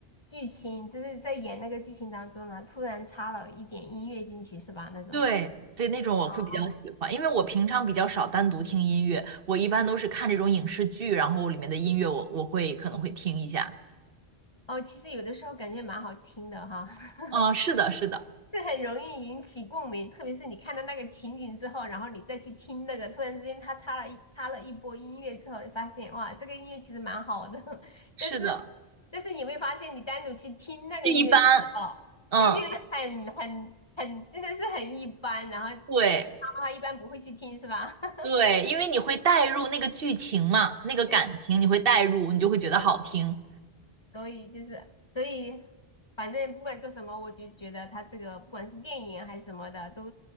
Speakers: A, on the left; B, on the right.
A: 剧情，就是在演那个剧情当中呢，突然插了一点音乐进去是吧？那种
B: 对对，那种我会比较喜欢，
A: 哦，
B: 因为我平常比较少单独听音乐，我一般都是看这种影视剧，然后里面的音乐我我会可能会听一下。
A: 哦，其实有的时候感觉蛮好听的哈，<laughs>
B: 嗯，是的，是的，
A: 这很容易引起共鸣，特别是你看到那个情景之后，然后你再去听那个，突然之间他插了一插了一波音乐之后，你发现哇，这个音乐其实蛮好的，<laughs>
B: 是的，
A: 但是但是你会发现，你单独去听那个音乐的时候，
B: 就一般。嗯，
A: 就觉得很很很真的是很一般，然后平常的话一般不会去听，
B: 对
A: 是吧？<laughs>
B: 对，因为你会带入那个剧情嘛，那个感情你会带入，
A: 对
B: 你就会觉得好听。
A: 的，所以就是所以，反正不管做什么，我就觉得他这个不管是电影还是什么的，都